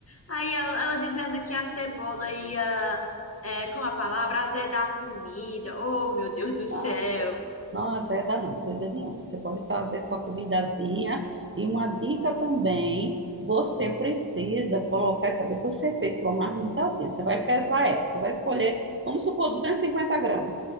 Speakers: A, on the left; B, on the right.
A: Aí ela, ela dizendo que a cebola ia, é, com a palavra, azedar a comida. Oh, meu Deus do céu.
B: Não, não azeda não, coisa nenhuma. Você pode fazer sua comidazinha. E uma dica também, você precisa colocar essa. Depois que você fez sua marmitazinha, você vai pesar ela. Você vai escolher, vamos supor, 250 gramas,